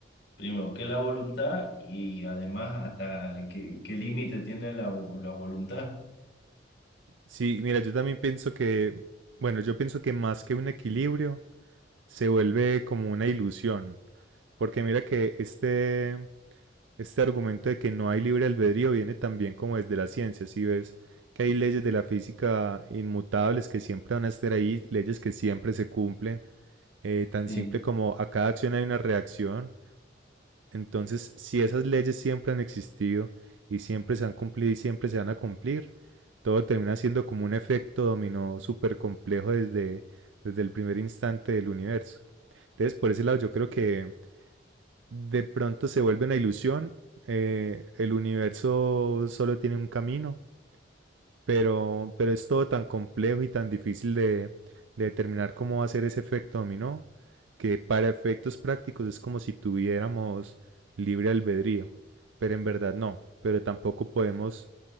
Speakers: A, on the left (about 55°); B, on the right (about 80°).
A: Primero, ¿qué es la voluntad? Y además, hasta qué, qué límite tiene la, vo- la voluntad.
B: Sí, mira, yo también pienso que, bueno, yo pienso que más que un equilibrio, se vuelve como una ilusión. Porque mira que este, este argumento de que no hay libre albedrío viene también como desde la ciencia. Si ves que hay leyes de la física inmutables que siempre van a estar ahí, leyes que siempre se cumplen, eh, tan
A: Sí.
B: simple como a cada acción hay una reacción. Entonces, si esas leyes siempre han existido y siempre se han cumplido y siempre se van a cumplir, todo termina siendo como un efecto dominó súper complejo desde, desde el primer instante del universo. Entonces, por ese lado, yo creo que de pronto se vuelve una ilusión. eh, el universo solo tiene un camino pero, pero es todo tan complejo y tan difícil de, de determinar cómo va a ser ese efecto dominó, que para efectos prácticos es como si tuviéramos libre albedrío, pero en verdad no, pero tampoco podemos